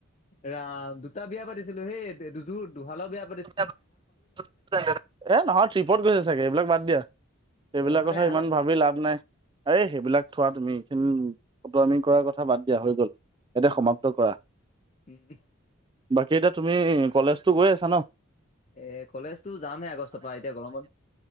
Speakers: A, on the left (about 35°); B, on the right (about 20°).
A: ৰাম দুটা বিয়া পাতিছিলো সেই দুযোৰ দুহালৰ বিয়া পা
B: এ নহয় ট্ৰিপত গৈছে চাগে এইবিলাক বাদ দিয়া সেইবিলাক
A: অ মানে
B: কথা
A: এহালত
B: ইমান ভাবি লাভ নাই আৰে সেইবিলাক থোৱা তুমি এইখিন ফটো আমি কৰাৰ কথা বাদ দিয়া হৈ গল এতিয়া
A: উম
B: সমাপ্ত কৰা
A: উম
B: বাকী এতিয়া তুমি কলেজতটো গৈ আছা ন
A: এ কলেজতো যামে আগষ্টৰ পৰা এতিয়া গৰম